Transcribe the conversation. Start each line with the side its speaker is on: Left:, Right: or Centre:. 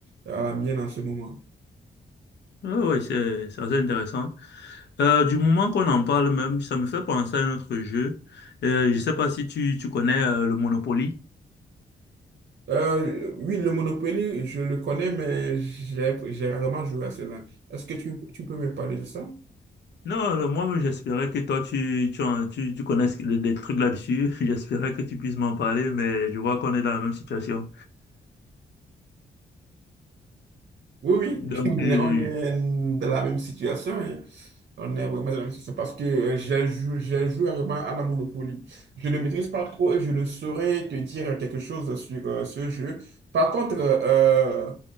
Right: à la mienne en ce moment.
Left: Oui, c'est c'est assez intéressant. Euh, du moment qu'on en parle même, ça me fait penser à un autre jeu. Euh, je ne sais pas si tu, tu connais euh, le Monopoly.
Right: Euh, oui, le Monopoly, je le connais, mais j'ai j'ai rarement joué à cela. Est-ce que tu, tu peux me parler de ça?
Left: Non, non, moi, j'espérais que toi, tu, tu, en- tu, tu connaisses des des trucs là-dessus. <laughs> J'espérais que tu puisses m'en parler, mais je vois qu'on est dans la même situation.
Right: Oui, oui,
Left: Donc,
Right: <laughs> on
Left: euh,
Right: est, on est dans la même situation. hein. On est vraiment dans la même situation parce que euh, j'ai joué, j'ai joué vraiment à la Monopoly. Je ne maîtrise pas trop et je ne saurais te dire quelque chose sur euh, ce jeu. Par contre, euh, euh,